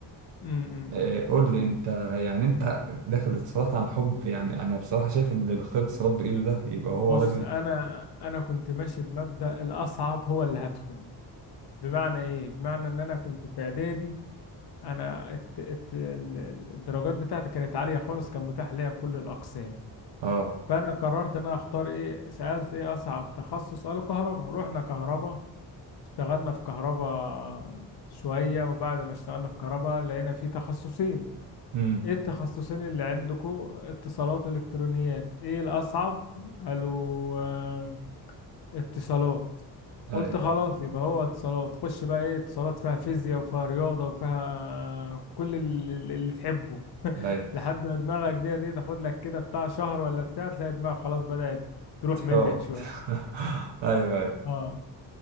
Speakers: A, on the left; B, on the right.
A: امم
B: آه، قول لي انت يعني انت داخل اتصالات عن حب يعني انا بصراحة شايف ان اللي بيختار اتصالات بايده ده يبقى
A: بص
B: هو راجل
A: انا انا كنت ماشي بمبدأ الاصعب هو اللي هدخل بمعنى ايه بمعنى ان انا كنت في اعدادي انا الت... الت... ال- ال- الدرجات بتاعتي كانت عاليه خالص كان متاح ليا كل الاقسام
B: اه
A: فانا قررت ان انا اختار ايه سالت ايه اصعب تخصص قالوا كهرباء رحنا كهرباء اشتغلنا في كهرباء شويه وبعد ما اشتغلنا في كهرباء لقينا في تخصصين
B: امم
A: ايه التخصصين اللي عندكم اتصالات والكترونيات ايه الاصعب قالوا آه، اتصالات
B: ايوه
A: قلت خلاص يبقى هو اتصالات خش بقى ايه اتصالات فيها فيزياء وفيها رياضة وفيها كل اللي, اللي تحبه
B: ايوه
A: لحد ما دماغك ديت ايه تاخد لك كده بتاع شهر ولا بتاع تلاقي دماغك خلاص بدأت تروح
B: تفوت
A: منك شوية
B: <laughs> ايوه ايوه
A: اه